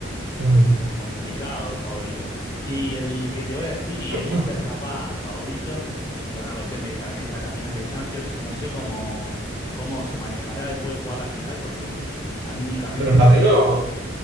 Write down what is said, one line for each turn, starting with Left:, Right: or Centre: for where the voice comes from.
Right: mm.
Left: Complicado favorito. Y el que te voy a decir, y
Right: <clears throat>
Left: el Inter capaz favorito, por una cuestión de que también está en la final de Champions, no sé cómo, cómo se manejará después de jugar la final, porque anímicamente
Right: Pero el Madrid
Left: eso, lo,
Right: no,